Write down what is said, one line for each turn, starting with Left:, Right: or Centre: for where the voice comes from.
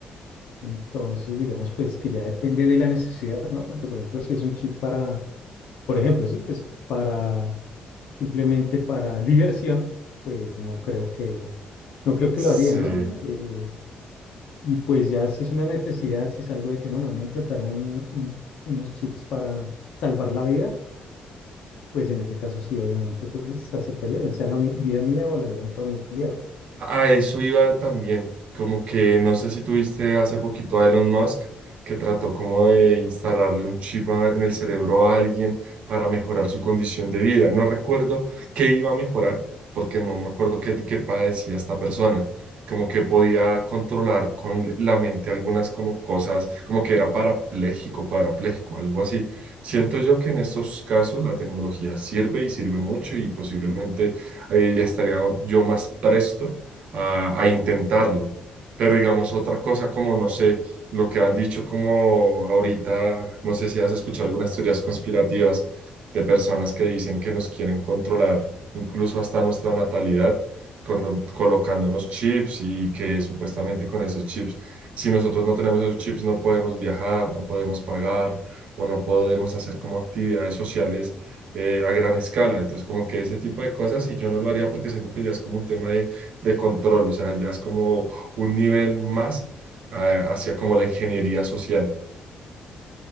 Left: Entonces, digamos, pues que ya depende de la necesidad, ¿no? Porque, por ejemplo, si es un chip para, por ejemplo, sí, pues para, simplemente para diversión, pues no creo que, no creo que
Right: sí.
Left: lo haría, ¿no? Eh, y pues ya si es una necesidad, si es algo de que no me van a implantar un, un- unos chips para salvar la vida Pues en ese caso sí, obviamente, pues aceptaría, bien sea la mi- vida mía o la vida de un familiar.
Right: A eso iba también, como que no sé si tuviste hace poquito a Elon Musk que trató como de instalarle un chip a- en el cerebro a alguien para mejorar su condición de vida. No recuerdo qué iba a mejorar, porque no me acuerdo qué, qué padecía esta persona. Como que podía controlar con la mente algunas como cosas, como que era parapléjico, cuadrapléjico, algo así. Siento yo que en estos casos la tecnología sirve y sirve mucho y posiblemente eh, ya estaría yo más presto a, a intentarlo. Pero digamos, otra cosa como, no sé, lo que han dicho como ahorita, no sé si has escuchado algunas teorías conspirativas de personas que dicen que nos quieren controlar incluso hasta nuestra natalidad, con- colocándonos chips y que supuestamente con esos chips, si nosotros no tenemos esos chips, no podemos viajar, no podemos pagar o no podemos hacer como actividades sociales eh, a gran escala. Entonces, como que ese tipo de cosas, y yo no lo haría porque siento que ya es como un tema de control, o sea, ya es como un nivel más eh, hacia como la ingeniería social.